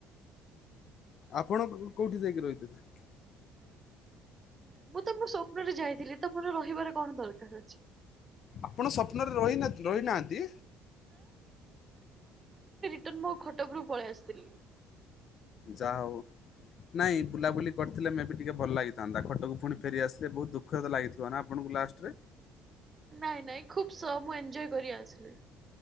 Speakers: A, on the left (about 50°); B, on the right (about 25°).
A: ଆପଣ କୋଉଠି ଯାଇକି ରହିଥିଲେ?
B: ମୁଁ ତ ମୋ ସ୍ୱପ୍ନରେ ଯାଇଥିଲି ତ ମୋର ରହିବାର କଣ ଦରକାର ଅଛି?
A: ଆପଣ ସପ୍ନରେ ରହିନାତି ରହିନାହାନ୍ତି?
B: ଟନ୍ ମୋ ଖଟ ଓପରୁ ପଳେଆସଥିଲି।
A: ଯା ହଉ। ନାଇଁ ବୁଲାବୁଲି କରିଥିଲେ ମେ ବି ଟିକେ ଭଲ ଲାଗିଥାନ୍ତା ଖଟକୁ ପୁଣି ଫେରିଆସିଲେ ବହୁତ ଦୁଃଖ ତ ଲାଗିଥିବ ନା ଆପଣଙ୍କୁ? ଲାଷ୍ଟରେ?
B: ନାଇଁ ନାଇଁ ଖୁବ ସହ ମୁଁ ଏଞଜୟ କରି ଆସିଲି।